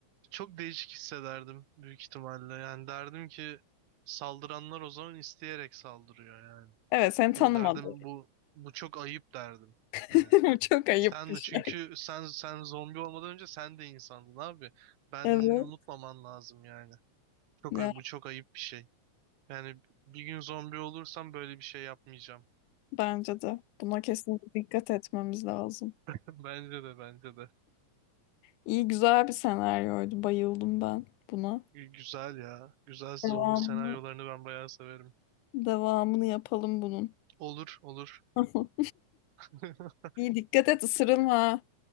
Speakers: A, on the right (about 80°); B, on the left (about 85°).
A: Çok değişik hissederdim büyük ihtimalle. Yani derdim ki saldıranlar o zaman isteyerek saldırıyor yani.
B: Evet seni tanımadı.
A: Bu derdim bu bu çok ayıp derdim.
B: <laughs>
A: Hani
B: Bu çok ayıp
A: sen
B: bir
A: de
B: şey.
A: çünkü sen sen zombi olmadan önce sen de insandın abi. Benliğini
B: Evet.
A: unutmaman lazım yani. Çok
B: Ya,
A: ay- bu çok ayıp bir şey. Yani bir gün zombi olursam böyle bir şey yapmayacağım.
B: bence de. Buna kesinlikle dikkat etmemiz lazım.
A: <laughs> Bence de bence de.
B: İyi güzel bir senaryoydu. Bayıldım ben buna.
A: Gü- Güzel ya. Güzel zombi
B: Devamını,
A: senaryolarını ben bayağı severim.
B: devamını yapalım bunun.
A: Olur olur.
B: <laughs> Tamam.
A: <laughs>
B: İyi dikkat et ısırılma.